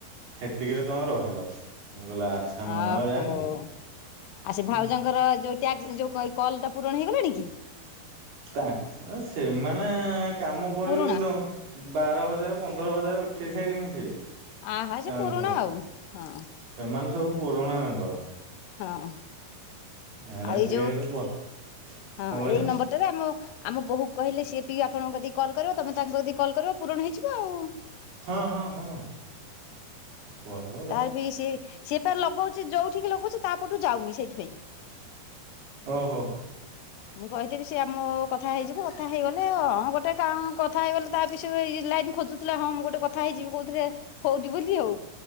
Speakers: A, on the right (about 65°); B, on the left (about 80°).
A: ସେତିକିରେ ତମେ ରହିଲ ମୁଁ କହିଲି ଆଚ୍ଛା ମୁଁ
B: ଓହୋ
A: ଆଉ ଜାଣିଛି
B: ଆଉ ସେ
A: ହୁଁ।
B: ଭାଉଜଙ୍କର ଯୋଉ ଟ୍ୟାକ୍ସ ଯେଉ କଲ୍ କଲ୍ ଟା ପୂରଣ ହେଇଗଲାଣି କି?
A: ତାଙ୍କ ସେମାନେ କାମ କରିବେନି
B: ପୁରୁଣା
A: ତ ବାର ହଜାର ପନ୍ଦର ହଜାର ଉଠେଇ ସାଇଲେଣି ସିଏ।
B: ଆହା
A: ସେମାନେ
B: ସେ ପୁରୁଣା
A: ସବୁ
B: ଆଉ ହଁ।
A: ସେମାନେ ସବୁ ପୁରୁଣା ମେମ୍ବର।
B: ହଁ ଆଉ
A: ହେଲା
B: ଏଇ
A: ସିଏ
B: ଯେଉ
A: ହେଠୁ କୁହ
B: ହଁ
A: କଣ କହିଲେ
B: ଏଇ ନମ୍ବର ଟେରେ ଆମ ଆମ ବୋହୁକୁ କହିଲେ ସିଏ ଟିକେ ଆପଣଙ୍କ କତିକି କଲ କରିବ ତମେ ତାଙ୍କ କତିକି କଲ କରିବ ପୂରଣ ହେଇଯିବ ଆଉ।
A: ହଁ ହଁ ହଁ। କୁହଁ।
B: ତାର ବି ସେ ସିଏ ପା ଲଗଉଚି ଯୋଉଠିକି ଲଗଉଛି ତାପଟୁ ଯାଉନି ସେଇଥିପାଇଁ।
A: ଓ ହୋ।
B: ମୁଁ କହିଥବି ସିଏ ଆମ କଥା ହେଇଯିବ କଥା ହେଇଗଲେ ହଁ ଗୋଟେ କାମ କଥା ହେଇଗଲେ ତା ପିଛେ ଇଏ ଲାଇନ ଖୋଜୁ କହୁଥିଲା ହଁ ମୁଁ ଗୋଟେ କଥା ହେଇଯିବି କହୁଥିରେ ହଉନି ବୋଲି ଆଉ।